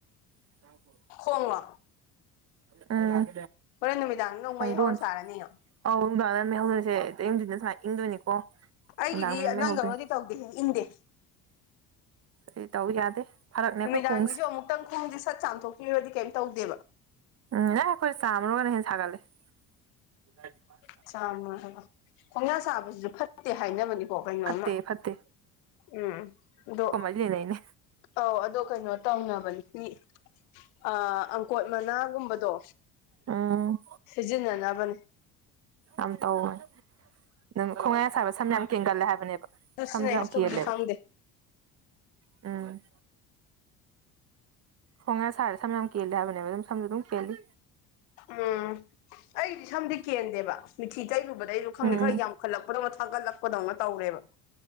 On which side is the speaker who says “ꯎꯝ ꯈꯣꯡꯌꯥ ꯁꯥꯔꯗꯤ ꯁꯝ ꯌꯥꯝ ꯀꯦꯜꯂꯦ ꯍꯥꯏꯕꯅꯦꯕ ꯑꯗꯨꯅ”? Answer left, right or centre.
Right